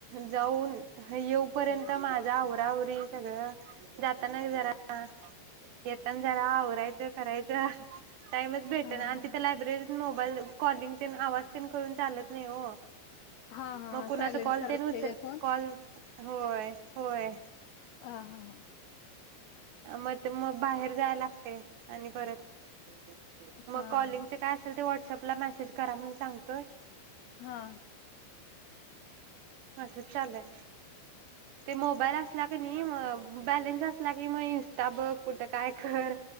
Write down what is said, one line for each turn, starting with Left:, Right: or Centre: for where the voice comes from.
Right: जाऊन येऊपर्यंत माझा आवरा आवरी सगळं, जाताना जरा येेताना जरा आवरायचं, करायचं. टाईमच भेटना
Left: हा
Right: नाही आणि
Left: हा
Right: तिथे लायब्ररीत मोबाईल कॉलिंग ते आवाज ते करून चालत नाही हो.
Left: हा हा
Right: मग
Left: हा
Right: कुणाचा
Left: सायलेंट
Right: कॉल
Left: करायला
Right: ते
Left: लागते
Right: न उचल,
Left: काय फोन
Right: कॉल? होय. होय.
Left: ह हा ह
Right: मग ते मग बाहेर जाय लागते, आणि परत मग
Left: हा
Right: कॉलिंगचे
Left: हा
Right: काय असेल ते, व्हॉट्सअपला मेसेज करा म्हण सांगतोय.
Left: हा
Right: असच चालूहाय. ते मोबाईल असला कनी मग बॅलेन्स असला की, मग इंस्टा बघ कुठे, काय कर